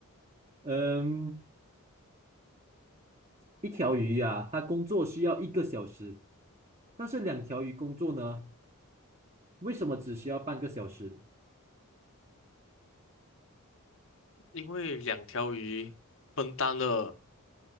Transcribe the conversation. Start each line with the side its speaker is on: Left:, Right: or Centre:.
Right: 嗯，一条鱼呀、它工作需要一个小时，但是两条鱼工作呢，为什么只需要半个小时？
Left: 因为两条鱼分担了